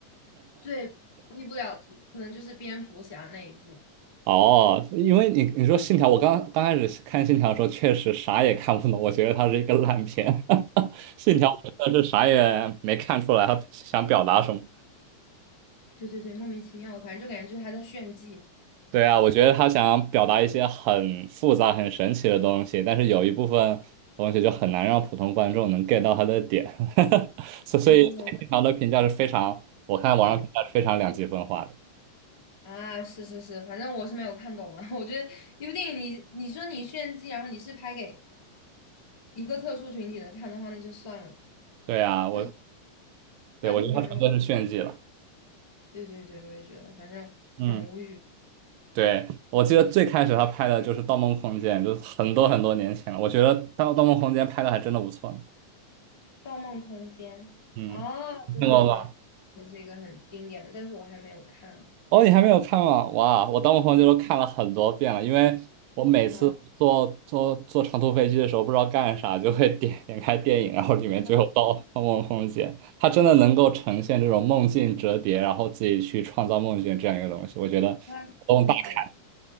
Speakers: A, on the left; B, on the right.
A: 最替不了的可能就是蝙蝠侠那一部。
B: 哦，因为你你说《信条》，我刚刚开始看《信条》的时候，确实啥也看不懂，我觉得它是一个烂片，<laughs>《信条》我真的是啥也没看出来，他想表达什么。
A: 对对对，莫名其妙的，反正就感觉就是他在炫技。
B: 对啊，我觉得他想表达一些很复杂、很神奇的东西，但是有一部分东西就很难让普通观众能 get 到他的点，<laughs> 所所以平常的评价是非常，
A: 对对对，我
B: 我看网上评价是非常两极分化的。
A: 也觉得啊，是是是，反正我是没有看懂啊。<laughs> 我觉得一部电影你，你说你炫技，然后你是拍给一个特殊群体的看的话，那就算了。
B: 对啊，我
A: 但是
B: 对我觉得他纯粹是炫技了。
A: 大部分人都，对对对，我也觉得，反正蛮无语。
B: 嗯，对，我记得最开始他拍的就是《盗梦空间》，就是很多很多年前了。我觉得《盗盗梦空间》拍的还真的不错呢。
A: 《盗梦空间》啊，
B: 嗯，
A: 对对对，
B: 听过吗？
A: 也是一个很经典的，但是我还没有看。
B: 哦，你还没有看吗？哇，我《盗梦空间》都看了很多遍了，因为我每次坐坐坐长途飞机的时候，
A: 啊
B: 不知道干啥，就会点点开电影，然后里面就有《盗盗梦空间》，
A: 啊，
B: 它真的能够呈现这种梦境折叠，然后自己去创造梦境这样一个东西，我觉得脑
A: 那那这样子，
B: 洞大开，